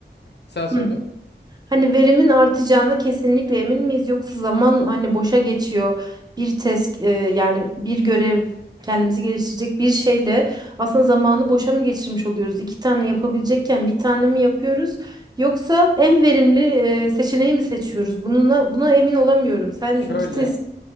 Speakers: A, on the left; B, on the right.
A: sen söyle.
B: Hı. Hani verimin artacağına kesinlikle emin miyiz yoksa zaman hani boşa geçiyor. Bir test e, yani bir görev kendimizi geliştirecek bir şeyle aslında zamanı boşa mı geçirmiş oluyoruz? İki tane yapabilecekken bir tane mi yapıyoruz? Yoksa en verimli e, seçeneği mi seçiyoruz? Bununla, buna emin olamıyorum. Sen
A: Şöyle
B: iki test